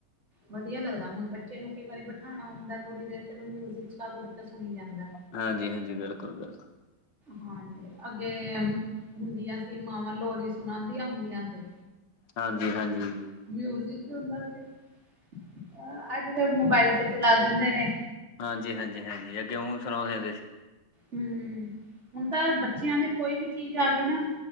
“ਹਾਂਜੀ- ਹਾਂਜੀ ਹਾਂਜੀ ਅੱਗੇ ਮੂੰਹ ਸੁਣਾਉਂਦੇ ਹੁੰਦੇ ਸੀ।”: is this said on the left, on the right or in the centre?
Left